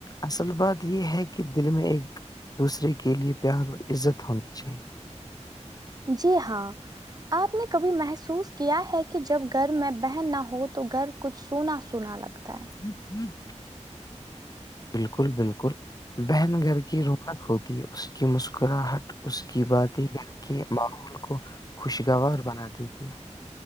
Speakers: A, on the left (about 30°); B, on the right (about 35°).
A: اصل بات یہ ہے کہ دل میں ایک دوسرے کے لیے پیار اور عزت ہونی چاہیے
B: جی ہاں آپ نے کبھی محسوس کیا ہے کہ جب گھر میں بہن نہ ہو تو گھر کچھ سونا سونا لگتا ہے
A: <inaudible> بالکل بالکل بہن گھر کی رونق ہوتی ہے اس کی مسکراہٹ اس کی باتیں کر کے ماحول کو خوشگوار بنا دیتی ہے